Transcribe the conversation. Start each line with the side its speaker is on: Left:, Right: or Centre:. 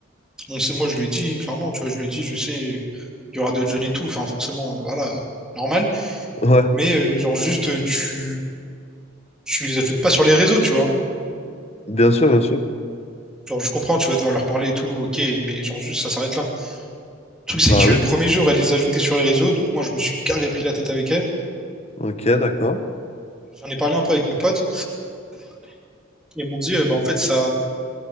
Centre: bon, c'est, moi, je lui ai dit, clairement, tu vois, je lui ai dit, je sais, il y aura d'autres jeunes et tout. Enfin, forcément, euh, voilà, normal.
Left: ouais,
Centre: Mais, euh, genre, juste, euh, tu, tu les ajoutes pas sur les réseaux, tu vois.
Left: bien sûr, bien sûr.
Centre: Genre, je comprends, tu vas devoir leur parler et tout, ok, mais genre, juste, ça s'arrête là. Le truc, c'est
Left: Bah
Centre: que,
Left: oui,
Centre: premier jour, elle les a ajoutés sur les réseaux. Donc, moi, je me suis gavé pris la tête avec elle.
Left: ok, d'accord.
Centre: J'en ai parlé un peu avec mes potes. Ils m'ont dit, euh, bah, en fait, ça,